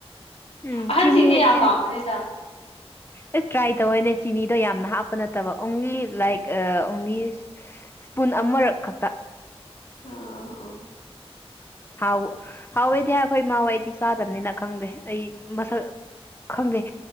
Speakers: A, on the left; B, on the left.
A: ꯎꯝ
B: ꯑꯍꯟꯁꯤꯡꯗꯤ
A: ꯆꯤꯅꯤ
B: ꯌꯥꯝ ꯄꯥꯝꯕꯅꯦꯗ
A: ꯑꯦ ꯇ꯭ꯔꯥꯏ ꯇꯧꯋꯦꯅꯦ ꯆꯤꯅꯤꯗꯣ ꯌꯥꯝꯅ ꯍꯥꯞꯄ ꯅꯠꯇꯕ ꯑꯣꯡꯂꯤ ꯂꯥꯏꯛ ꯑ ꯑꯣꯡꯂꯤ ꯄꯨꯟ ꯑꯃꯔꯛ ꯈꯛꯇ
B: ꯑꯥ ꯑꯣ
A: ꯍꯥꯎ‌ ꯍꯥꯎꯋꯦꯗꯤ ꯍꯥꯏ ꯑꯩꯈꯣꯏ ꯏꯃꯥ ꯍꯣꯏꯗꯤ ꯆꯥꯗꯕꯅꯤꯅ ꯈꯪꯗꯦ ꯑꯩ ꯃꯁꯛ ꯈꯪꯗꯦ